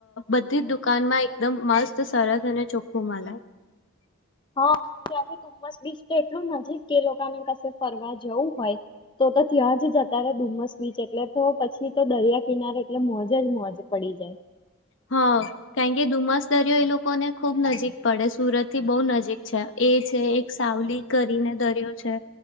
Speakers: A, on the left (about 65°); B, on the left (about 25°).
A: બધી જ દુકાનમાં એકદમ મસ્ત સરસ અને ચોખ્ખું મળય.
B: હા ત્યાંથી ડુમસ બીચ તો એટલું નજીક કે લોકોને કશે ફરવા જ. જવું હોય, તો તો ત્યાં જ જતા ર ધુમસ બીચ એટલે તો પછી તો દરિયા કિનારે એટલે મોજ જ મોજ પડી. <unintelligible>
A: હા કારણ કે ધુમ્મસ દરિયો એ લોકોને ખુબ નજીક પડે સુરત થી બહુ નજીક છે એ છે એક સાવલી કરીને દરિયો છે.